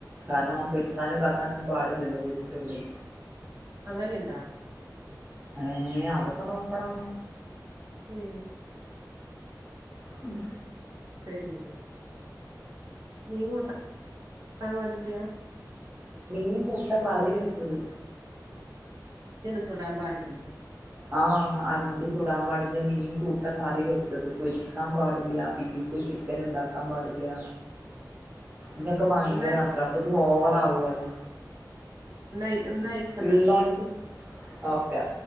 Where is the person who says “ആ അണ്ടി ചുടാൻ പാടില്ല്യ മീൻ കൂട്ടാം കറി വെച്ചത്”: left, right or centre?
Right